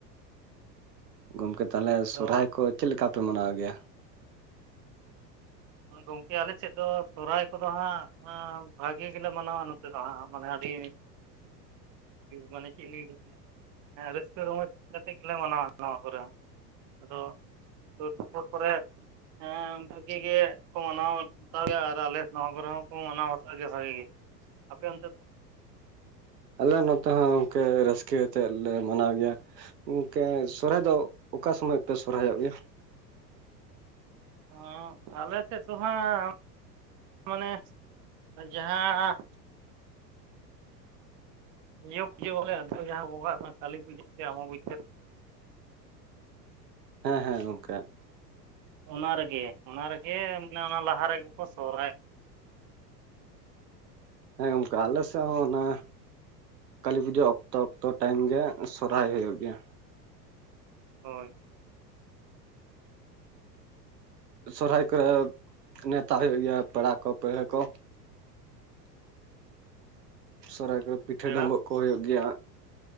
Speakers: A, on the right; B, on the right.
A: ᱜᱚᱝᱠᱮ ᱛᱟᱦᱚᱞᱮ
B: ᱟᱫᱚ
A: ᱥᱚᱦᱨᱟᱭ ᱠᱚ ᱪᱮᱫ ᱞᱮᱠᱟ ᱯᱮ ᱢᱟᱱᱟᱣ ᱜᱮᱭᱟ
B: ᱜᱚᱝᱠᱮ ᱟᱞᱮ ᱥᱮᱫ ᱫᱚ ᱥᱚᱦᱚᱨᱟᱭ ᱠᱚᱫᱚ ᱦᱟᱸᱜ ᱵᱷᱟᱹᱜᱤ ᱜᱮᱞᱮ ᱢᱟᱱᱟᱣᱟ ᱱᱚᱛᱮ ᱫᱚ ᱦᱟᱸᱜ ᱢᱟᱱᱮ ᱟᱹᱰᱤ
A: <unintelligible>
B: ᱢᱟᱱᱮ ᱪᱮᱫ ᱞᱤᱧ ᱦᱮᱸ ᱨᱟᱹᱥᱠᱟᱹ ᱨᱚᱢᱚᱡ ᱠᱟᱛᱮᱫ ᱜᱮᱞᱮ ᱢᱟᱱᱟᱣᱟ ᱱᱚᱣᱟ ᱠᱚᱨᱮ ᱦᱚᱸ ᱟᱫᱚ ᱥᱩᱨ ᱥᱩᱯᱩᱨ ᱠᱚᱨᱮ ᱦᱮᱸ ᱵᱷᱟᱹᱜᱤ ᱜᱮ ᱠᱚ ᱢᱟᱱᱟᱣ ᱵᱟᱛᱟᱣ ᱜᱮᱭᱟ ᱟᱨ ᱟᱞᱮ ᱱᱚᱣᱟ ᱠᱚᱨᱮ ᱦᱚᱸᱠᱚ ᱢᱟᱱᱟᱣ ᱵᱟᱛᱟᱣ ᱜᱮᱭᱟ ᱵᱷᱟᱹᱜᱤ ᱜᱮ ᱟᱯᱮ ᱚᱱᱛᱮ ᱫᱚ
A: ᱟᱞᱮ ᱱᱮᱛ ᱦᱚᱸ ᱜᱚᱝᱠᱮ ᱨᱟᱹᱥᱠᱟ ᱟᱛᱮᱫ ᱞᱮ ᱢᱟᱱᱟᱣ ᱜᱮᱭᱟ ᱜᱟᱝᱠᱮ ᱥᱚᱨᱦᱟᱭ ᱫᱚ ᱚᱠᱟ ᱥᱚᱢᱚᱭ ᱯᱮ ᱥᱚᱨᱦᱟᱭᱚᱜ ᱜᱮᱭᱟ
B: ᱚ ᱟᱞᱮ ᱥᱮᱫ ᱫᱚ ᱦᱟᱸᱜ ᱢᱟᱱᱮ ᱡᱟᱦᱟᱸ ᱤᱭᱟᱹ ᱯᱩᱡᱟᱹ ᱵᱚᱞᱮ ᱟᱫᱷᱟ ᱡᱟᱦᱟᱸ ᱵᱚᱸᱜᱟᱜ ᱠᱟᱱ ᱠᱟᱞᱤ ᱯᱩᱡᱟᱹ ᱮ ᱟᱢ ᱵᱪᱟᱹ <unintelligible>
A: ᱦᱮᱸ ᱦᱮᱸ ᱜᱚᱝᱠᱮ
B: ᱚᱱᱟ ᱨᱮᱜᱮ ᱚᱱᱟ ᱨᱮᱜᱮ ᱢᱟᱱᱮ ᱚᱱᱟ ᱞᱟᱦᱟ ᱨᱮᱜᱮ ᱠᱚ ᱥᱚᱦᱚᱨᱟᱭᱚᱜᱼᱟ
A: ᱦᱮᱸ ᱜᱚᱢᱠᱮ ᱟᱞᱮ ᱥᱮᱫ ᱦᱚᱸ ᱚᱱᱟ ᱠᱟᱹᱞᱤ ᱯᱩᱡᱟᱹ ᱚᱠᱛᱚ ᱚᱠᱛᱚ ᱴᱟᱭᱤᱢ ᱜᱮ ᱥᱚᱨᱦᱟᱭ ᱦᱩᱭᱩᱜ ᱜᱮᱭᱟ
B: ᱦᱳᱭ
A: ᱥᱚᱨᱦᱟᱭ ᱠᱚ ᱨᱮ ᱱᱮᱣᱛᱟ ᱦᱩᱭᱩᱜ ᱜᱮᱭᱟ ᱯᱮᱲᱟ ᱠᱚ ᱯᱟᱹᱲᱦᱟᱹ ᱠᱚ ᱥᱚᱨᱦᱟᱭ ᱠᱚᱨᱮ ᱯᱤᱴᱷᱟᱹ
B: ᱯᱮᱲᱟ
A: ᱰᱩᱢᱵᱩᱜ ᱠᱚ ᱦᱩᱭᱩᱜ ᱜᱮᱭᱟ